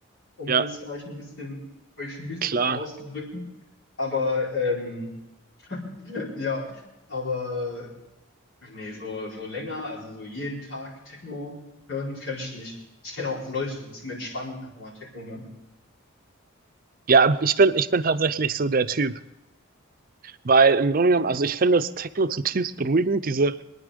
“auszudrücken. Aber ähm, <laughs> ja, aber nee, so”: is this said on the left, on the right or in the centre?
Left